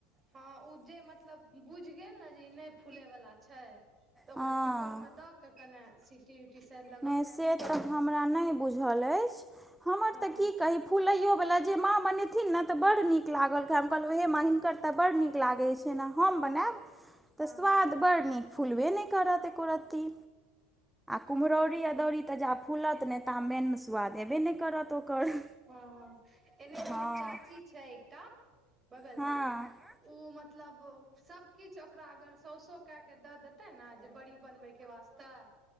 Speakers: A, on the right; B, in the centre.
A: हँ ऊ जे मतलब बुझ गेल ने, जे ई नहि फूले बला छै तऽ ओकरा
B: हँ
A: कु कुकर मे दऽ के कने सीटी सीटी <unintelligible>
B: नहि से तऽ हमरा नहि बुझल अछि। हमर
A: हँ
B: तऽ की कही फुलैयो बला जे माँ बनेथिन न तऽ बड़ड नीक लागल खाय, हम कहलहुँ हे माँ हिनकर तऽ बड्ड नीक लागैत छै ने, हम बनायब तऽ
A: हँ
B: स्वाद बड्ड नीक फुलबे नहि करत एकोरती। कुम्हरौरी अदौरी तऽ जा फूलत नहि, ता मेन स्वाद हेबे नहि करत ओकर।
A: हँ हँ, एने हमर
B: हँ
A: चाची छै एकटा बगल
B: हँ
A: म ऊ मतलब, सब किछ ओकरा अगर सौसो कए के द देते ने, जे बड़ी बनबय के वास्ते तऽ,